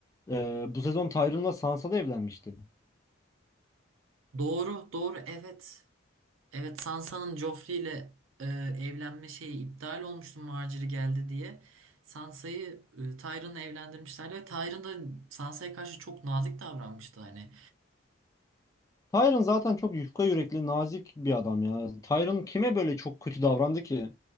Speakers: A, on the left (about 15°); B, on the right (about 80°).
A: Ee, bu sezon Tyron'la Sansa da evlenmişti.
B: Doğru, doğru evet. Evet Sansa'nın Joffrey ile e, evlenme şeyi iptal olmuştu Margaery geldi diye. Sansa'yı e, Tyrion'la evlendirmişlerdi ve Tyrion da Sansa'ya karşı çok nazik davranmıştı hani.
A: Tyron zaten çok yufka yürekli, nazik bir adam ya. Tyron kime böyle çok kötü davrandı ki?